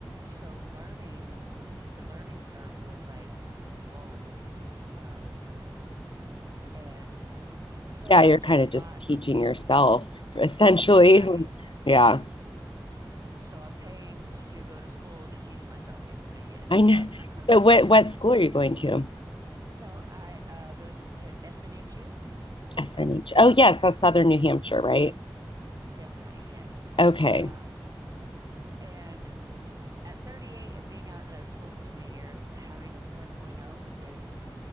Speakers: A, on the right (about 45°); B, on the left (about 80°).
A: so learning the learning curve was like, whoa. Uh, and so
B: Yeah,
A: it just
B: you're
A: took
B: kind
A: a
B: of
A: lot.
B: just teaching
A: Like,
B: yourself essentially.
A: right.
B: <laughs> Like, Yeah,
A: <clears throat> So I'm paying to go to school to teach myself, basically. Yes.
B: I know.
A: Uh, <laughs>
B: So what what school are you going to?
A: so I uh, go to SNHU.
B: SNH. Oh yes, that's Southern New Hampshire, right?
A: Definitely. Yes.
B: Okay.
A: Uh, and at 38 and being out of school for 20 years, having a 4.0 is